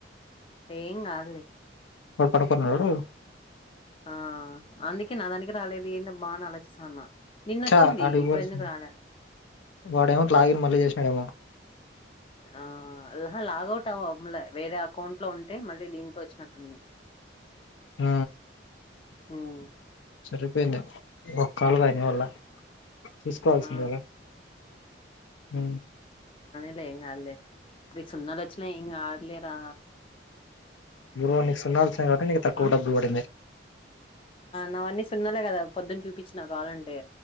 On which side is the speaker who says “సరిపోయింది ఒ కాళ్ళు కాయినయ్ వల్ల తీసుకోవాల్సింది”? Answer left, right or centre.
Left